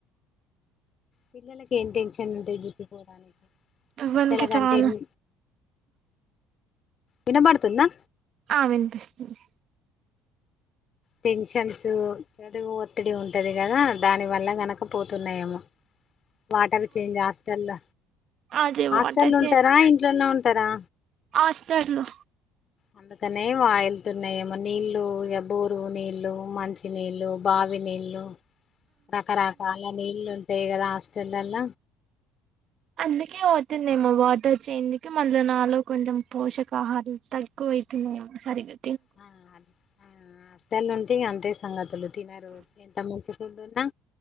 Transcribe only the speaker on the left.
పిల్లకి ఏమ్ టెన్షన్ ఏముంటయ్ జుట్టు పొడానికి
పెద్దల కంటే
ఎన్ వినబడుతుందా
టెన్షన్స్ చదువు ఒత్తిడి ఉంటది కదా దాని వల్ల గనక పోతున్నాయేమో వాటర్ చేంజ్ హాస్టల
హాస్టల్ల
ఉంటరా ఇంట్లోనే ఉంటారా
అందుకనే వాయిల్తున్నాయేమో నీళ్లు ఇగ బోరు నీళ్లు మంచి నీళ్ళు బావి నీళ్ళు రకరకాల నీళ్ళు ఉంటాయి కదా హాస్టల్లల్ల
<inaudible> ఆ హాస్టల్ లో ఉంటే ఇంగ అంతే సంగతులు తినరు ఎంత మంచి ఫుడ్ ఉన్నా